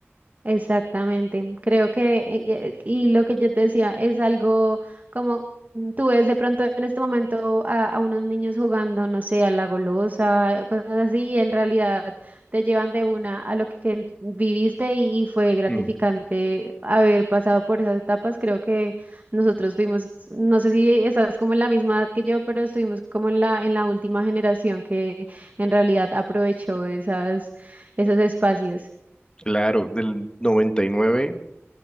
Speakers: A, on the right (about 35°); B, on the left (about 20°).
A: Exactamente, creo que, eh, eh, y lo que yo te decía, es algo como tú ves de pronto en este momento a, a unos niños jugando, no sé, a la golosa, eh, cosas así, y en realidad te llevan de una a lo que viviste y, y fue gratificante
B: Mm,
A: haber pasado por esas etapas. Creo que nosotros fuimos, no sé si estás como en la misma edad que yo, pero estuvimos como en la, en la última generación que en realidad aprovechó esas, esos espacios.
B: Claro, del 99, o